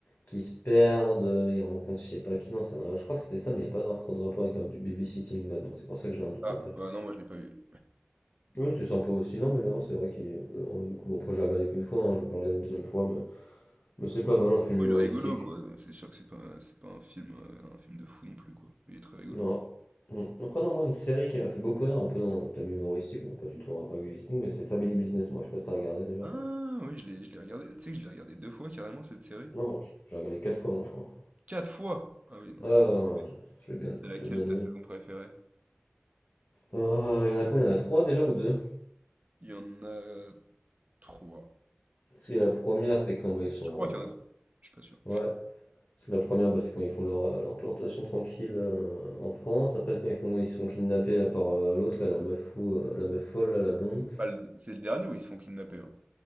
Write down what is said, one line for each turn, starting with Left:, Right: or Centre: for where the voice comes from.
Left: qu'ils se perdent, euh, ils rencontrent, je sais pas qui, non, c'est un- je crois que c'était ça, mais il n'y a pas de rapport de rapport avec euh, du babysitting là, donc c'est pour ça que j'ai un doute
Right: Ah,
Left: en fait.
Right: ouais, non, moi je l'ai pas vu.
Left: oui tu sens pas aussi, non, mais le 1, c'est vrai qu'il. est- le 1, Du coup, bon, après, j'ai regardé qu'une fois, hein, je vais pas le regarder une deuxième fois, mais. Mais c'est pas mal en film
Right: Oui,
Left: humoristique.
Right: il est rigolo, quoi. C'est sûr que c'est pas, c'est pas un film, euh, un film de fou non plus, quoi. Mais il est très rigolo.
Left: Non. Mm. Après, non, moi, une série qui m'a fait beaucoup rire, un peu dans le thème humoristique, bon, pas du tout en rapport avec le visiting, mais c'est Family Business, moi, je sais pas si t'as regardé déjà.
Right: Ah, oui, je l'ai, je l'ai regardé. Tu sais que je l'ai regardé deux fois, carrément, cette série.
Left: Non, j- j'ai regardé quatre fois, moi, je crois.
Right: Quatre fois! Ah oui, non,
Left: Ah,
Right: tu
Left: ouais,
Right: l'as dit.
Left: ouais, ouais, je, je l'ai bien,
Right: C'est laquelle
Left: je l'ai bien
Right: ta
Left: aimé.
Right: saison préférée?
Left: Ah, il y en a combien? Il y en a trois déjà ou deux?
Right: Il y en a trois.
Left: Parce que la première, c'est quand bah, ils sont.
Right: Je crois qu'il y en a trois. Je suis pas sûr.
Left: en- Ouais, parce que la première, bah, c'est quand ils font leur, euh, leur plantation tranquille euh, en France. Après, c'est quand ils font, ils sont kidnappés là, par euh, l'autre, là, la meuf fou, euh, la meuf folle, là, la blonde.
Right: Pas le- C'est le dernier où ils se font kidnapper, hein.